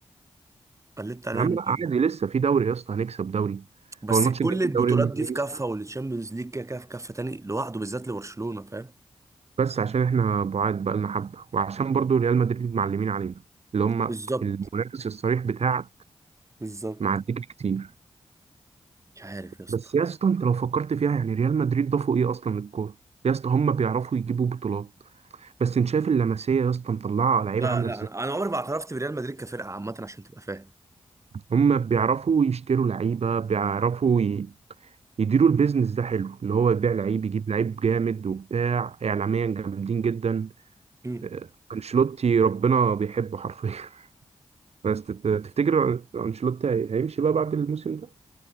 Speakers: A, on the right; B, on the right.
A: قلبت عليا
B: يا عم
A: من-
B: لا عادي لسه في دوري يا اسطى هنكسب دوري
A: بس
B: هو الماتش
A: كل
B: الجاي في
A: البطولات
B: الدوري يوم الخميس
A: دي في كافة والتشامبيونز ليج كده كده في كافة تاني لوحده بالذات لبرشلونة فاهم
B: بس عشان احنا بعاد بقالنا حبه وعشان برضو ريال مدريد معلمين علينا اللي هم
A: بالظبط
B: المنافس الصريح بتاع
A: بالظبط
B: معديك كتير
A: مش عارف يا اسطى
B: بس يا اسطى انت لو فكرت فيها يعني ريال مدريد ضافوا ايه اصلا للكوره يا اسطى هم بيعرفوا يجيبوا بطولات بس انت شايف اللمسيه يا اسطى مطلعه لعيبه
A: لا
B: عامله
A: لا
B: ازاي
A: انا انا عمري ما اعترفت بريال مدريد كفرقة عامة عشان تبقى فاهم
B: هم بيعرفوا يشتروا لعيبه بيعرفوا ي... يديروا البيزنس ده حلو اللي هو يبيع لعيب يجيب لعيب جامد وبتاع اعلاميا جامدين جدا
A: بالظبط.
B: آه، انشيلوتي ربنا بيحبه حرفيا <laughs> بس تت- تفتكر انشيلوتي هي- هيمشي بقى بعد الموسم ده